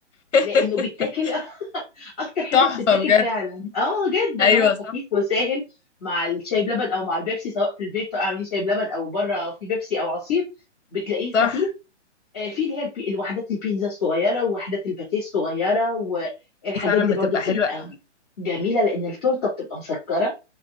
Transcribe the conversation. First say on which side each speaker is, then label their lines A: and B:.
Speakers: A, on the left; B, on the left.
A: <laughs>
B: لانه بيتاكل <laughs> اكتر حاجه
A: تحفة
B: بتتاكل
A: بجد
B: فعلا اه جدا
A: ايوه
B: هو
A: صح
B: خفيف وسهل مع الشاي بلبن او مع البيبسي سواء في البيت اعملي شاي بلبن او بره في بيبسي او عصير بتلاقيه
A: صح
B: خفيف آه، في اللي هي البي- الوحدات البيتزا الصغيره ووحدات الباتيه الصغيره والحاجات
A: دي فعلا
B: دي
A: بتبقى
B: برضو بتبقى
A: حلوة قوي
B: جميله لان التورته بتبقى مسكره